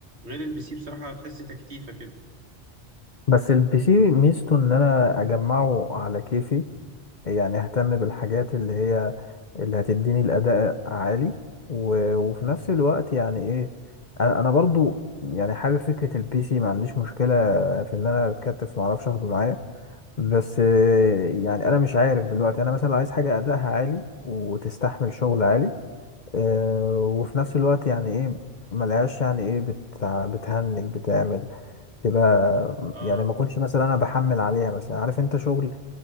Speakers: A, on the right (about 65°); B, on the left (about 45°).
A: البي سي بصراحه هتحس تكتيفه كده
B: بس البي سي ميزته ان انا اجمعه على كيفي يعني اهتم بالحاجات اللي هي اللي هتديني الاداء عالي و... وفي نفس الوقت يعني ايه انا أنا برضو يعني حابب فكرة البي سي ما عنديش مشكلة في ان انا اتكتف ما اعرفش اخده معايا بس آه، يعني انا مش عارف دلوقتي انا مثلا عايز حاجة ادائها عالي وتستحمل شغل عالي آه، وفي نفس الوقت يعني ايه ملهاش يعني ايه بتع... بتهنج بتعمل تبقى
A: اه
B: يعني ما اكونش مثلا انا بحمل عليها مثلا عارف انت شغل